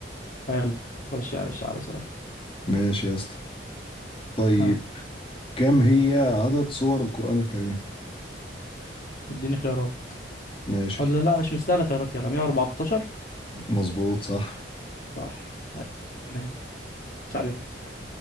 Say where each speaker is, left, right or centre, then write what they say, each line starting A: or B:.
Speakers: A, on the left; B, on the left.
A: حلو خش يا باشا على سؤال
B: ماشي يا اسطى طيب
A: ها
B: كم هي عدد سور القرآن الكريم
A: اديني خيارات
B: ماشي
A: ولا لا مش مستاهل خيارات يلا 114
B: مظبوط صح
A: صح <laughs> مش عارف